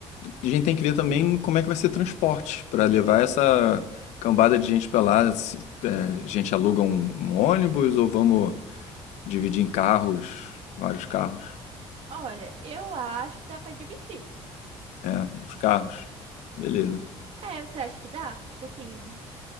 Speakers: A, on the left (about 75°); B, on the right (about 55°).
A: a gente tem que ver também como é que vai ser transporte para levar essa cambada de gente pra lá. Se, é, a gente aluga um, um ônibus ou vamos dividir em carros, vários carros.
B: Olha, eu acho que dá pra dividir.
A: É, os carros. Beleza.
B: É, você acha que dá? Tipo assim,